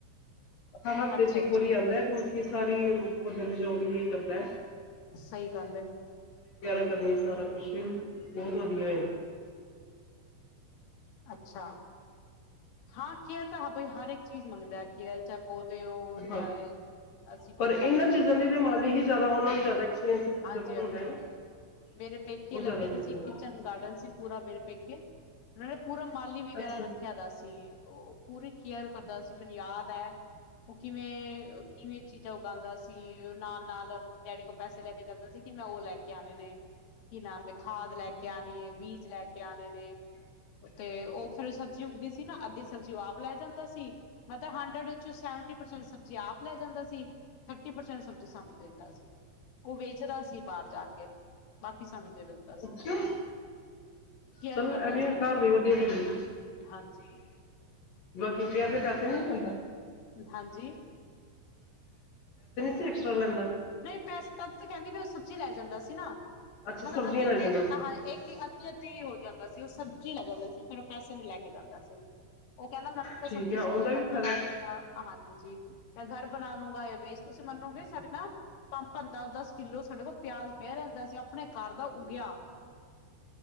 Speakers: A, on the left; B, on the left.
A: ਹਰ ਹਫ਼ਤੇ
B: ਅੱਛਾ,
A: ਚ ਇੱਕ
B: ਅੱਛਾ
A: ਵਾਰੀ ਆਉਂਦਾ ਹੈ। ਇਹ ਸਾਰੀ ਪੱਦ ਦੀ ਜੋਗ ਵੀ ਇਹ ਕਰਦਾ।
B: ਸਹੀ ਗੱਲ ਹੈ,
A: ਕਰ ਸਾਰਾ ਕੁਛ ਬਹੁਤ ਵਧੀਆ,
B: ਅੱਛਾ ਹਾਂ, ਕੇਅਰ ਤਾਂ ਹ ਹਰ ਚੀਜ਼ ਮੰਗਦਾ ਹੈ ਕੇਅਰ ਚਾਹੇ ਪੌਦੇ ਹੋ
A: ਹਾਂ।
B: ਚਾਹੇ ਅਸੀਂ ਕੋਈ
A: ਪਰ ਇਹਨਾਂ
B: ਪੈਟ ਰੱਖ
A: ਚੀਜ਼ਾਂ ਦੀ ਤੇ ਮਾਲੀ ਹੀ ਜ਼ਿਆਦਾ ਉਹਨਾਂ ਨੂੰ ਜ਼ਿਆਦਾ ਐਕਸਪੀਰੀਅੰਸ ਚੀਜ਼ਾਂ
B: ਹਾਂਜੀ-ਹਾਂਜੀ
A: ਦਾ ਹੁੰਦਾ ਹੈ ਨਾ।
B: ਮੇਰੇ ਪੇਕੇ
A: ਉਹ
B: ਲੱਗੇ
A: ਜ਼ਿਆਦਾ ਕਰਦੇ
B: ਦੇ ਸੀ ਕਿਚਨ
A: ਨੇ
B: ਗਾਰਡਨ ਸੀ ਪੂਰਾ ਮੇਰੇ ਪੇਕੇ ਪੂਰਾ ਮਾਲੀ ਵਗੈਰਾ
A: ਅੱਛਾ
B: ਰੱਖਿਆ ਦਾ ਸੀ, ਉਹ ਪੂਰੀ ਕੇਅਰ ਕਰਦਾ ਸੀ ਮੈਨੂੰ ਯਾਦ ਹੈ। ਉਹ ਕਿਵੇਂ, ਕਿ ਕਿਵੇਂ ਚੀਜ਼ਾਂ ਉਗਾਉਂਦਾ ਸੀ ਨਾਲ ਨਾਲ ਡੈਡੀ ਕੋਲ ਪੈਸੇ ਲੈ ਕੇ ਜਾਂਦਾ ਸੀ। ਕਿ ਮੈਂ ਉਹ ਲੈ ਕੇ ਆਣੇ ਨੇ ਕੀ ਨਾਮ ਦੇ, ਖਾਦ ਲੈਕੇ ਆਣੀ ਹੈ। ਬੀਜ ਲੈ ਕੇ ਆਣੇ ਨੇ ਤੇ ਤੇ ਉਹ, ਸਾਡੇ ਸਬਜ਼ੀ ਉੱਗਦੀ, ਨਾ ਅੱਧੀ ਸਬਜ਼ੀ ਆਪ ਲੈ ਜਾਂਦਾ ਸੀ, ਮਤਲਬ ਹੰਡਰਡ ਵਿੱਚ ਸੈਵਟੀ ਪਰਸੈਂਟ ਸਬਜ਼ੀ ਆਪ ਲੈ ਜਾਂਦਾ ਸੀ। ਥਰਟੀ ਪਰਸੈਂਟ ਸਬਜੀ ਸਾਨੂੰ ਦਿੰਦਾ ਸੀ। ਉਹ ਵੇਚਦਾ ਸੀ ਬਾਹਰ ਜਾ ਕੇ, ਬਾਕੀ ਸਾਨੂੰ ਦਿੱ ਸੀ
A: ਅੱਛਾ
B: ਕੇਅਰ
A: ਚਲੋ
B: ਕਰਦਾ
A: ਐਵੇਂ
B: ਸੀ,
A: ਘਰ ਦੀ ਵਧੀਆ ਸਬਜ਼ੀ
B: ਹਾਂਜੀ
A: ਬਾਕੀ ਕਿ ਤਾਂਸੇ ਨੀ ਹੁੰਦਾ,
B: ਹਾਂਜੀ,
A: ਐਸਟਰਾ ਲੈਂਦਾ
B: ਨਹੀਂ ਪੈਸ ਤ ਤੇ ਕਹਿੰਦੇ ਵੀ ਚ ਜਾਂਦਾ ਸੀ ਨਾ
A: ਅੱਛਾ
B: ਮਤਲਬ
A: ਸਬਜ਼ੀਆਂ
B: ਅੱਧੀ
A: ਲੈ
B: ਅੱਧੀ
A: ਜਾਂਦਾ ਸੀ
B: ਹਾਂ ਇੱਕ ਅੱਧੀ ਅੱਧੀ ਹੋ ਜਾਂਦਾ ਸੀ ਉਹ ਸਬਜ਼ੀ ਲੱਗ ਜਾਂਦਾ ਸੀ ਫਿਰ ਪੈਸੇ ਨੂੰ ਲੈ ਕੇ ਜਾਂਦਾ ਸੀ ਉਹ ਕਹਿੰਦਾ ਮ
A: ਠੀਕ
B: ਸਬਜ਼
A: ਆ
B: ਸੁਬ
A: ਉਹਦਾ ਵੀ
B: ਨਰ
A: ਫਾਇਦਾ
B: ਬਣਾ
A: ਹੈ।
B: ਲੂਗਾ ਹਾਂਜੀ ਮ ਘਰ ਬਣਾ ਲੂੰਗਾ ਇਹਵੇਸ ਤੁਸੀਂ ਮੰਨੋਗੇ ਸਾਡੇ ਨਾਲ ਪੰਪ ਦਸ ਦਸ ਕਿੱਲੋ ਸਾਡੇ ਕੋਲ ਪਿਆਜ ਪਹਿ ਰਹਿੰਦਾ ਸੀ ਆਪਣੇ ਘਰ ਦਾ ਉਗਿਆ